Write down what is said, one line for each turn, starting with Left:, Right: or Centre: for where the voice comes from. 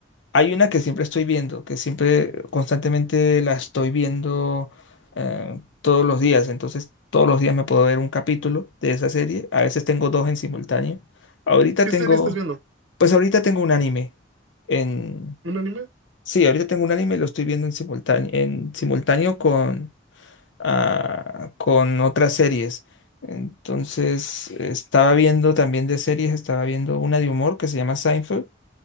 Left: Hay una que siempre estoy viendo, que siempre constantemente la estoy viendo eh, todos los días, entonces todos los días me puedo ver un capítulo de esa serie, a veces tengo dos en simultáneo. Ahorita
Right: ¿Qué
Left: tengo,
Right: serie estás viendo?
Left: pues ahorita tengo un anime en...
Right: ¿Un anime?
Left: Sí, ahorita tengo un anime, y lo estoy viendo en simultáneo, en simultáneo con, ah, con otras series. Entonces, estaba viendo también de series, estaba viendo una de humor que se llama Seinfeld